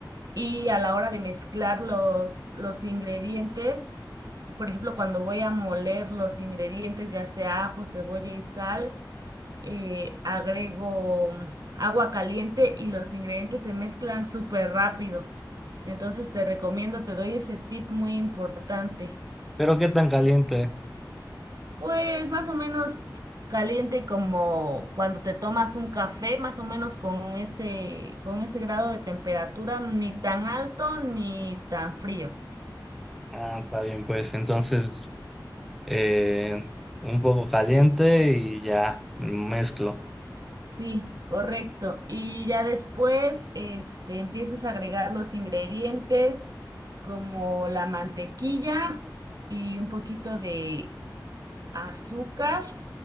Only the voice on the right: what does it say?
y a la hora de mezclar los, los ingredientes, por ejemplo, cuando voy a moler los ingredientes, ya sea ajo, cebolla y sal. eh, agrego mm, agua caliente y los ingredientes se mezclan súper rápido. Entonces te recomiendo, te doy ese tip muy importante.
Pues más o menos caliente como cuando te tomas un café, más o menos con ese, con ese grado de temperatura, ni tan alto ni tan frío.
Sí, correcto. Y ya después, este, empiezas a agregar los ingredientes como la mantequilla y un poquito de azúcar